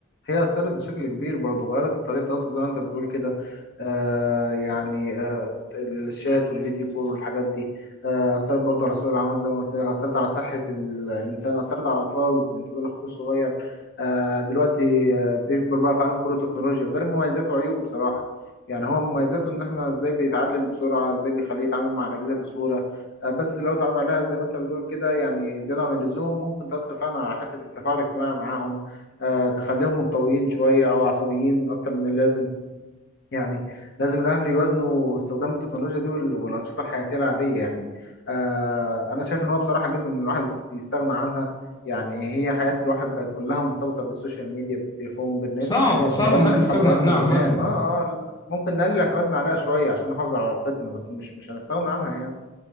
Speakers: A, on the left; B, on the left.
A: هي أثرت بشكل كبير برضه غيرت طريقة التواصل زي ما أنت بتقول كده آه يعني آه الشات والفيديو كول والحاجات دي آه أثرت برضه على سوق العمل زي ما قلت لك أثرت على صحة ال- الإنسان أثرت على الأطفال أنت بتقول أخوك الصغير آه دلوقتي آه بيكبر بقى في عالم كله تكنولوجيا وده له مميزات وعيوب بصراحة يعني هو مميزاته إن إحنا إزاي بيتعلم بسرعة إزاي بيخليه يتعامل مع الأجهزة بسهولة آه بس لو اتعرض عليها زي ما أنت بتقول كده يعني زيادة عن اللزوم ممكن تأثر فعلا على حتة التفاعل الاجتماعي معاهم آه، تخليهم منطويين شوية أو عصبيين أكتر من اللازم يعني لازم الأهل يوازنوا استخدام التكنولوجيا دي وال- والأنشطة الحياتية العادية يعني آه، أنا شايف إن هو بصراحة جدا إن الواحد يست- يستغنى عنها يعني هي حياة الواحد بقت كلها مرتبطة بالسوشيال ميديا بالتليفون بالنت
B: صعبة صعبة
A: من أول
B: ان
A: ما
B: حد
A: يصحى
B: يستغنى
A: لغاية
B: عنها
A: ما بينام
B: عامة
A: آه آه لا، ممكن نقلل اعتمادنا عليها شوية عشان نحافظ على علاقتنا بس مش مش هنستغنى عنها يعني